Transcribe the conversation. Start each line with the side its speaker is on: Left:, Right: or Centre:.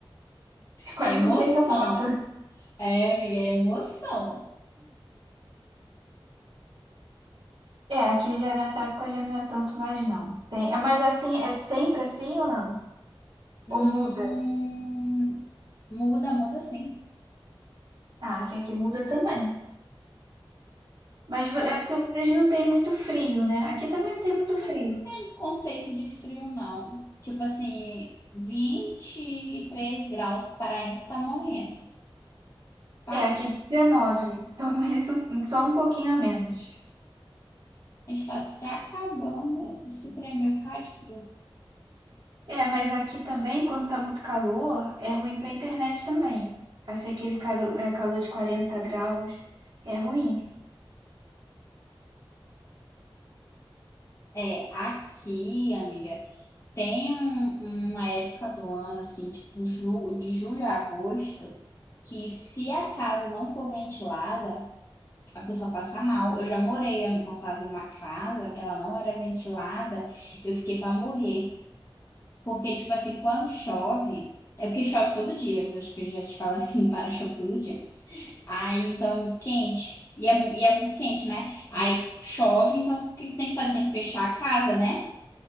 Right: É quase
Left: É emoção.
Right: com terremoto.
Left: É, amiga, é emoção.
Right: É, aqui já nessa época já não é tanto mais não. Tem, é, mas assim, é sempre assim ou não? Ou
Left: Hum,
Right: muda?
Left: muda, muda sim.
Right: Ah, que aqui muda também. Mas
Left: não
Right: vo- é porque vocês não têm muito frio, né? Aqui também não tem muito frio.
Left: Não
Right: mas-
Left: tem um conceito de frio, não. Tipo assim, 23 graus, paraense tá morrendo, sabe?
Right: É, aqui 19, <laughs> só mais um, só um pouquinho a menos.
Left: A gente tá se acabando de se tremer por causa de frio.
Right: É, mas aqui também, quando tá muito calor, é ruim pra internet também. Assim, aquele caro- é, calor de 40 graus é ruim.
Left: É, aqui, amiga, tem um- uma época do ano, assim, tipo ju de julho a agosto, que se a casa não for ventilada, a pessoa passa mal. Eu já morei ano passado em uma casa que ela não era ventilada, eu fiquei pra morrer. Porque, tipo assim, quando chove. É porque chove todo dia. Eu acho que já te falaram <laughs> que não para chove todo dia. Aí, então, é muito quente. E é, mu- e é muito quente, né? Aí chove, então o que tem que fazer? Tem que fechar a casa, né?